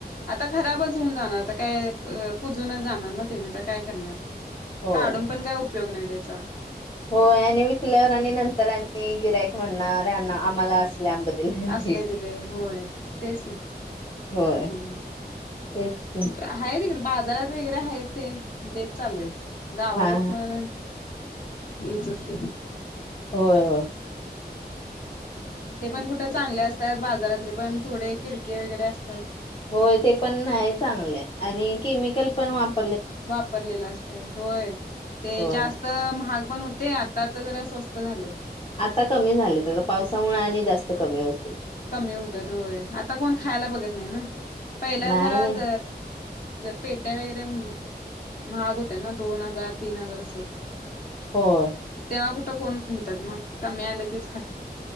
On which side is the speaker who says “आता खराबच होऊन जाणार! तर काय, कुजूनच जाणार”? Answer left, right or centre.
Left